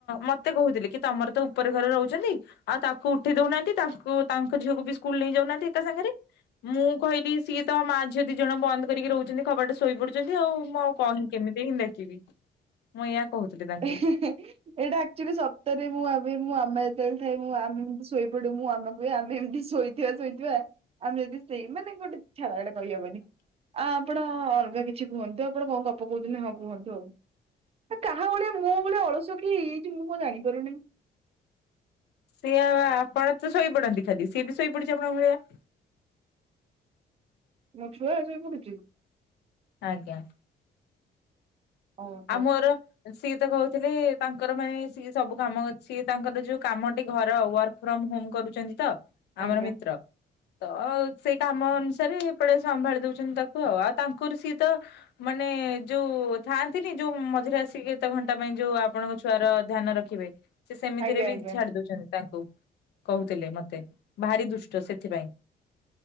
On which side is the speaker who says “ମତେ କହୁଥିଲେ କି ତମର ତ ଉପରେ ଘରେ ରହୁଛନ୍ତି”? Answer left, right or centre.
Left